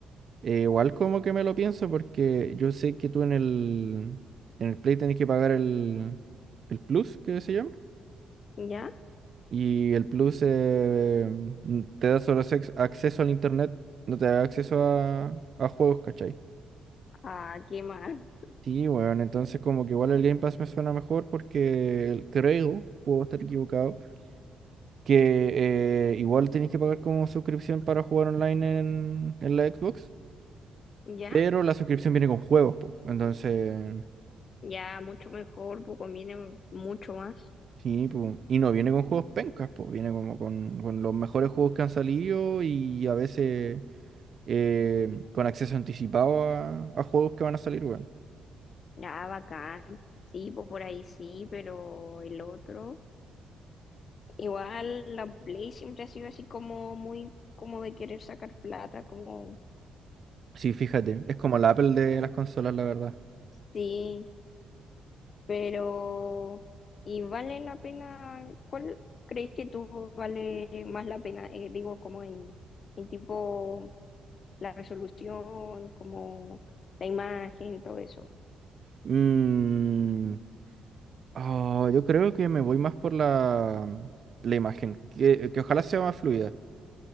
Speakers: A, on the right; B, on the left.
A: eh, igual como que me lo pienso porque yo sé que tú en el, en el Play tenés que pagar el, el Plus, que se llama.
B: ¿Ya?
A: Y el Plus eh, n- te da solo sex- acceso al Internet, no te da acceso a, a juegos, ¿cachai?
B: Ah, ¿qué más? <laughs>
A: Sí, bueno entonces como que igual el Game Pass me suena mejor porque el- creo, puedo estar equivocado que eh, igual tenéis que pagar como suscripción para jugar online en, en la Xbox,
B: ¿Ya?
A: pero la suscripción viene con juegos, po. Entonces,
B: Ya, mucho mejor, pues conviene mucho más.
A: sí, po. Y no viene con juegos pencas, pues, viene como con, con los mejores juegos que han salido y a veces eh, con acceso anticipado a, a juegos que van a salir, weón.
B: Ya, bacán. Sí, pues por ahí sí, pero el otro. Igual la Play siempre ha sido así como muy, como de querer sacar plata, como,
A: Sí, fíjate, es como la Apple de las consolas, la verdad.
B: sí. Pero, ¿y vale la pena? ¿Cuál crees que tú vale más la pena? Eh, digo, como en, en tipo la resolución, como la imagen, todo eso.
A: Mm, ah, yo creo que me voy más por la, la imagen, que, que ojalá sea más fluida.